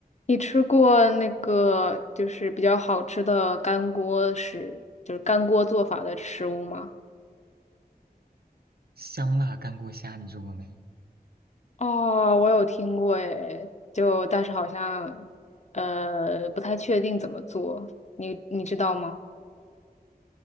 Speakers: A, on the left; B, on the right.
A: 你吃过那个就是比较好吃的干锅食，就是干锅做法的食物吗？
B: 香辣干锅虾你做过没？
A: 哦，我有听过诶，就但是好像呃不太确定怎么做，你你知道吗？